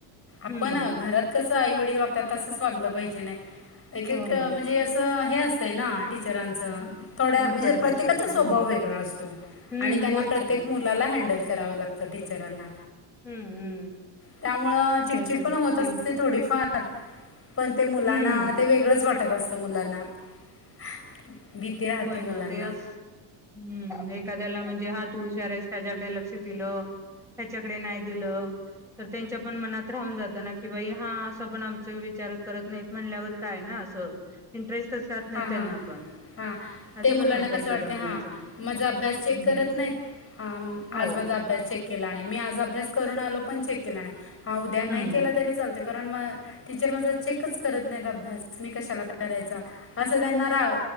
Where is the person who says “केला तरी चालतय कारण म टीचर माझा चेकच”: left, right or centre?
Left